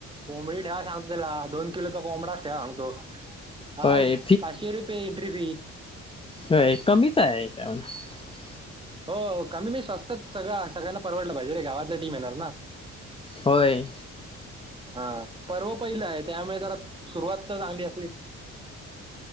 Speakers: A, on the right; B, on the left.
A: कोंबडी ठेवा सांगतो त्याला दोन किलोचा कोंबडाच ठेवा सांगतो. हा
B: होय
A: पाचशे रुपये एंट्री फी
B: हो कमीच आहेच्यामध्ये
A: हो कमी मी स्वस्त सगळ सगळ्यांना परवडलं पाहिजे रे गावातल्या टीम येणार ना.
B: होय.
A: हा पर्व पहिलं आहे. त्यामुळे जरा सुरुवात तर चांगली असली.